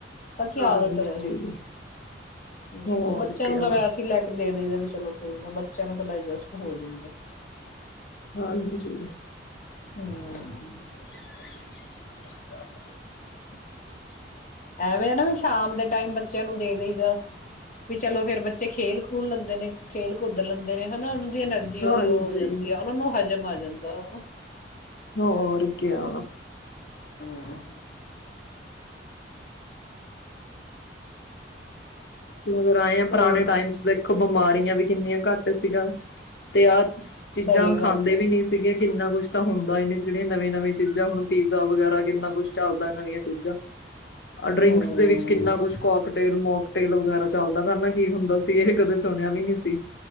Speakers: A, on the left (about 45°); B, on the left (about 65°).
A: ਤਾਂ ਕੀ
B: ਹਾਂਜੀ
A: ਆਦਤ ਰਹੇ ਹੂੰ
B: ਹੋਰ
A: ਬੱਚਿਆਂ
B: ਕਿਆ
A: ਨੂੰ ਤਾਂ ਵੈਸੇ ਹੀ ਲੈ ਕੇ ਦੇ ਦੇਈਦਾ ਚਲੋ ਕੋਈ ਨਾ ਬੱਚਿਆਂ ਨੂੰ, ਤਾਂ ਡਾਇਜਸਟ ਹੋ ਜਾਂਦਾ।
B: ਹਾਂਜੀ
A: ਹੂੰ
B: <unintelligible>
A: ਐਵੇਂ ਹੈ ਨਾ ਸ਼ਾਮ ਦੇ ਟਾਈਮ ਬੱਚਿਆਂ ਨੂੰ ਦੇ ਦੇਈਦਾ। ਫਿਰ ਚਲੋ ਫੇਰ ਬੱਚੇ ਖੇਲ ਖੂਲ ਲੈਂਦੇ ਨੇ ਖੇਲ ਕੁਦ ਲੈਂਦੇ ਨੇ ਹਨਾ। ਉਹਨਾਂ ਦੀ ਐਨਰਜੀ
B: ਹਾਂਜੀ
A: ਉਹੀ ਉਹ ਹੋ ਜਾਂਦੀ ਹੈ। ਉਹਨਾਂ ਨੂੰ ਹਜ਼ਮ ਆ ਜਾਂਦਾ ਆ
B: ਹੋਰ ਕੀ ਕਿਆ
A: ਹੁੰ
B: ਮਗਰ ਆਏ ਆ ਪੁਰਾਣੇ
A: ਹੋਰ
B: ਟਾਈਮ ਚ ਦੇਖੋ, ਬਿਮਾਰੀਆਂ ਵੀ ਕਿੰਨੀਆਂ ਘੱਟ ਸੀਗਾ, ਤੇ ਆਹ ਚੀਜ਼ਾਂ
A: ਸਹੀ ਗੱਲ
B: ਖਾਂਦੇ
A: ਆ
B: ਵੀ ਨੀ ਸੀਗੇ, ਕਿੰਨਾ ਕੁੱਛ ਤਾਂ ਹੁੰਦਾ ਨਹੀਂ ਸੀ। ਜਿਹੜੀਆਂ ਨਵੇ ਨਵੇ ਚੀਜ਼ਾਂ ਹੁਣ ਪੀਜ਼ਾ ਵਗੈਰਾ, ਕਿੰਨਾ ਕੁੱਝ ਚੱਲਦਾ ਨਵੀਆਂ ਚੀਜ਼ਾਂ ਅ ਡਰਿੰਕਸ
A: ਹਮ
B: ਦੇ ਵਿੱਚ ਕਿੰਨਾ ਕੁਛ ਕੋਕਟੇਲ ਮੋਕ ਤੇਲ ਵਗੈਰਾ ਚੱਲਦਾ ਪਹਿਲਾਂ ਕੀ ਹੁੰਦਾ ਸੀ। ਇਹ ਕਦੇ ਸੁਣਿਆ ਵੀ ਨਹੀਂ ਸੀ।